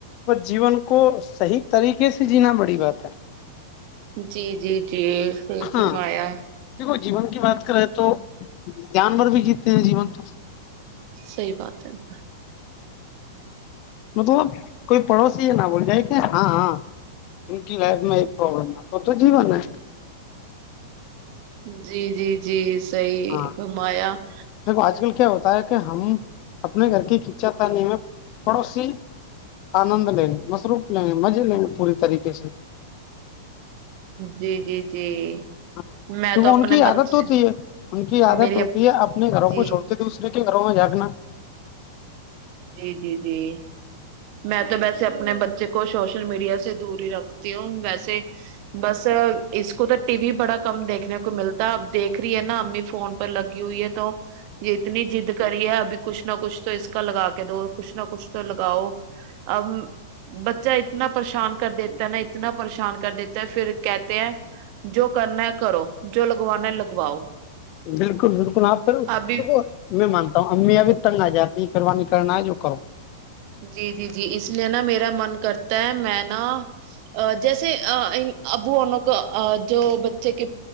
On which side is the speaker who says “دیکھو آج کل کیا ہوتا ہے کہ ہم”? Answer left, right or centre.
Left